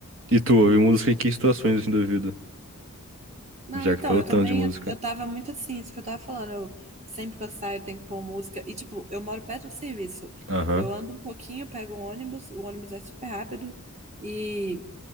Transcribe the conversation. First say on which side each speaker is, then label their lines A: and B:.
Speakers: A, on the right; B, on the right.
A: E tu, ouve música em que situações assim da vida?
B: Não,
A: Já
B: então,
A: que falou
B: eu
A: tanto
B: também,
A: de música.
B: eu, eu tava muito assim, isso que eu tava falando, eu, sempre que eu saio eu tenho que pôr música, e tipo, eu moro perto do serviço,
A: Aham,
B: eu ando um pouquinho, pego um ônibus, o ônibus é super rápido, e,